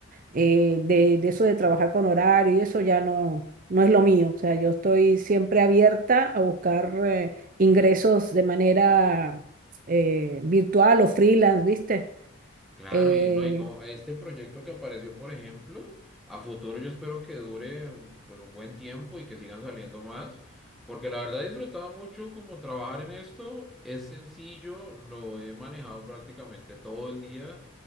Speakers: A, on the right; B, in the centre.
A: eh, de, de eso de trabajar con horario y eso ya no, no es lo mío. O sea, yo estoy siempre abierta a buscar eh, ingresos de manera eh, virtual o freelance, ¿viste?
B: Claro,
A: Eh,
B: y no, y como este proyecto que apareció, por ejemplo, a futuro yo espero que dure un- pues, un buen tiempo y que sigan saliendo más, porque la verdad he disfrutado mucho como trabajar en esto, es sencillo, lo he manejado prácticamente todo el día